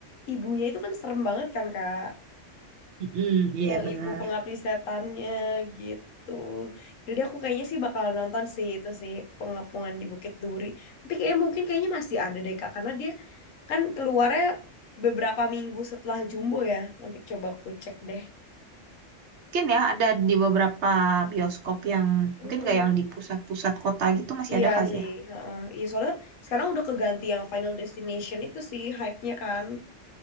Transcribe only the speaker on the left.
ibunya itu kan serem banget kan Kak.
yang
ibu pengabdi setannya gitu. Jadi aku kayaknya sih bakal nonton sih itu sih pengepungan di Bukit Duri. Tapi kayaknya mungkin kayaknya masih ada deh Kak karena dia kan keluarnya beberapa minggu setelah Jumbo ya. Nanti coba aku cek deh.
Mm-mm.
Iya
sih,
heeh. Iya soalnya sekarang udah keganti yang Final Destination itu sih hype-nya kan.